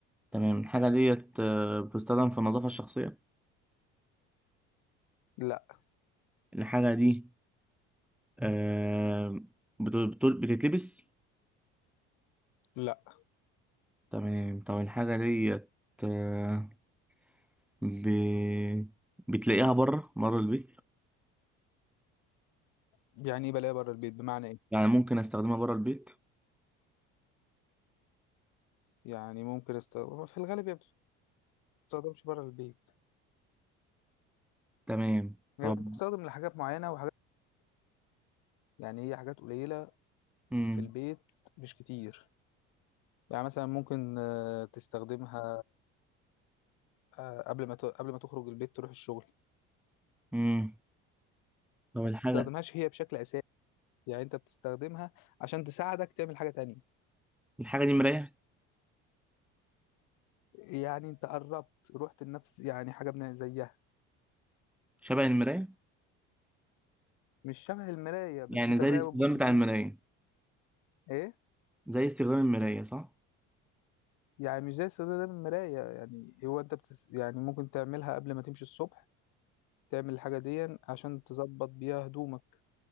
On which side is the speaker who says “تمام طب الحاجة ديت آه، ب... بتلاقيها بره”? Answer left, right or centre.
Centre